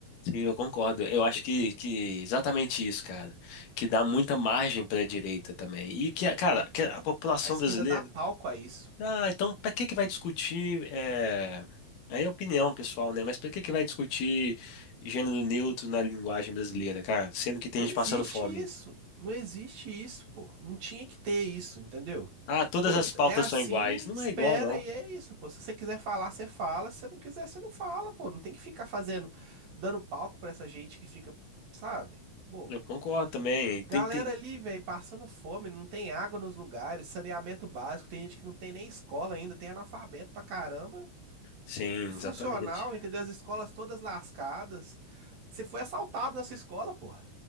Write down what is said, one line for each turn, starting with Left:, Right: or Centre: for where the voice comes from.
Left: sim, eu concordo. Eu acho que, que exatamente isso, cara. Que dá muita margem para a direita também. E que, cara,
Right: a, a
Left: que a população
Right: a esquerda
Left: brasileira.
Right: dá palco a isso.
Left: Ah, então para que que vai discutir? É... Aí é opinião pessoal, né? Mas para que que vai discutir gênero neutro na linguagem brasileira, cara? Sendo que tem
Right: Não
Left: gente
Right: existe
Left: passando fome.
Right: isso. Não existe isso, pô. Não tinha que ter isso, entendeu?
Left: Ah, todas
Right: Pô,
Left: as pautas
Right: é assim,
Left: são iguais. Não
Right: espera
Left: é igual, não.
Right: e é isso, pô. Se você quiser falar, você fala. Se você não quiser, você não fala, pô. Não tem que ficar fazendo, dando palco pra essa gente que fica, sabe? Pô,
Left: Eu concordo também.
Right: galera
Left: Tem, tem...
Right: ali, velho, passando fome, não tem água nos lugares, saneamento básico, tem gente que não tem nem escola ainda, tem analfabeto pra caramba.
Left: Sim,
Right: funcional,
Left: exatamente. <laughs>
Right: entendeu? As escolas todas lascadas. Você foi assaltado nessa escola, porra.